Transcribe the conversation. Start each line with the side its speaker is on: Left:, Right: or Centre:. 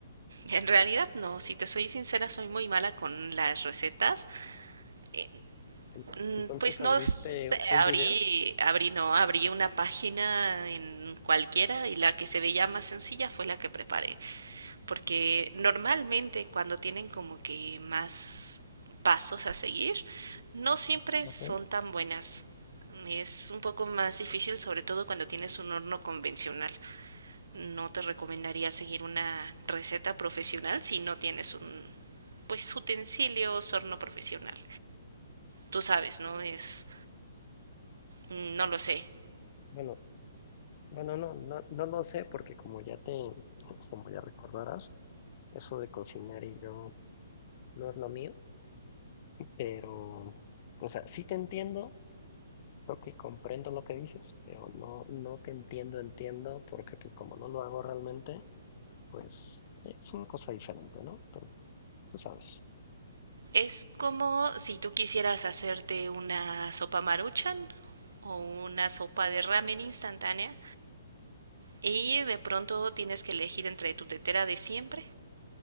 Right: En realidad no, si te soy sincera soy muy mala con las recetas. Eh,
Left: Ent-
Right: Mm,
Left: Entonces
Right: Pues no
Left: abriste
Right: sé,
Left: un
Right: abrí,
Left: video.
Right: abrí, no, abrí una página en cualquiera y la que se veía más sencilla fue la que preparé. Porque normalmente cuando tienen como que más pasos a seguir, no siempre
Left: Ajá.
Right: son tan buenas. Es un poco más difícil, sobre todo cuando tienes un horno convencional. No te recomendaría seguir una receta profesional si no tienes un, pues, utensilios, horno profesional. Tú sabes, ¿no? Es Mm, No lo sé.
Left: Bueno, Bueno, no, no, no lo sé, porque como ya te, <laughs> como ya recordarás, eso de cocinar y yo no es lo mío, pero, o sea, sí te entiendo, creo que comprendo lo que dices, pero no, no te entiendo, entiendo, porque pues como no lo hago realmente, pues es una cosa diferente, ¿no? Tú, tú sabes.
Right: Es como si tú quisieras hacerte una sopa maruchan o una sopa de ramen instantánea y de pronto tienes que elegir entre tu tetera de siempre